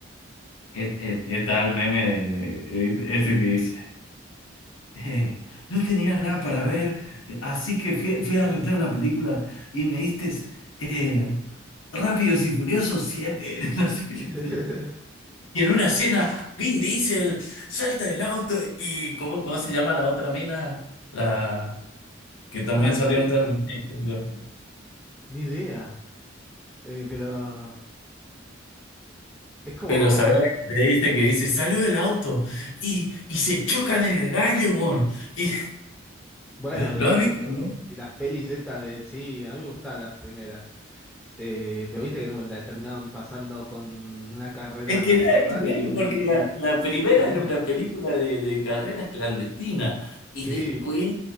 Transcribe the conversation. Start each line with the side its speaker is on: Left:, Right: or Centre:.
Left: es, es- está el meme de, de- de- ese que dice. Eh, no tenía nada para ver, eh, así que fui, fui a rentar una película y me diste eh, Rápidos y Furiosos siete <laughs> no sé qué
Centre: <laughs>
Left: dice. Y en una escena, Vin Diesel salta del auto y ¿cómo, cómo se llama la otra mina? La que también
Centre: Ah, ni
Left: salió
Centre: idea.
Left: en Terminator.
Centre: Ni idea. Eh, pero es como,
Left: Pero sabes la que te dice que dice, salió del auto y, y se chocan en el aire, weón. Y,
Centre: bueno,
Left: <laughs>
Centre: eh,
Left: ¿Lo
Centre: viste
Left: has visto,
Centre: que
Left: no?
Centre: las pelis estas de, sí, a mí me gustaban las primeras. Eh, pero viste que no- la terminaron pasando con una carrera,
Left: Es que
Centre: una
Left: nada
Centre: Ferrari
Left: que ver,
Centre: y un
Left: porque
Centre: helicóptero.
Left: la, la primera
Centre: marino
Left: era una película de, de carreras clandestinas y
Centre: Sí,
Left: después,